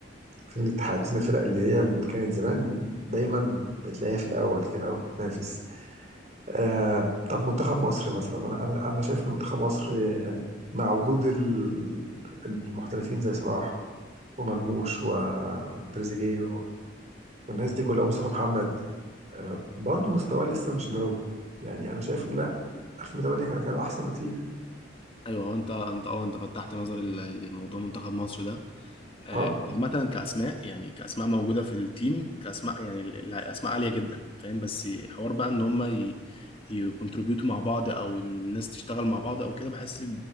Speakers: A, on the right; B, on the left.
A: فين الاتحاد فين الفرق اللي هي اللي كانت زمان دايما بتلاقيها في الاول كده وبتنافس آه طب منتخب مصر مثلا انا انا انا شايف ان منتخب مصر يعني مع وجود ال- المحترفين زي صلاح ومرموش و- وتريزيجيه و- والناس دي كلها مصطفى محمد آه برضو مستواه لسه مش اللي هو يعني انا شايف ان لا 2008 كان كان احسن بكتير
B: ايوه هو انت انت اه انت فتحت نظري ل- لموضوع منتخب مصر ده آه،
A: اه
B: عامة كأسماء يعني كأسماء موجودة في التيم كأسماء يعني ال- ال- أسماء عالية جدا فاهم بس حوار بقى إن هما يكونتريبيوتوا مع بعض أو الناس تشتغل مع بعض أو كده بحس